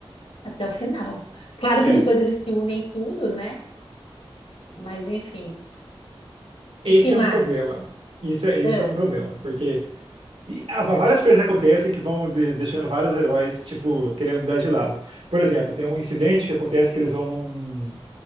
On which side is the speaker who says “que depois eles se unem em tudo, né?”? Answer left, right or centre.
Left